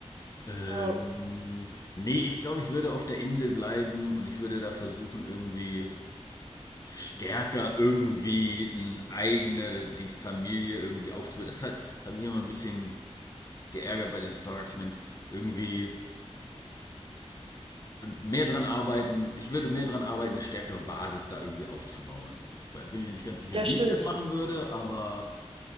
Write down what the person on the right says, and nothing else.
Ja,
ja,
stimmt.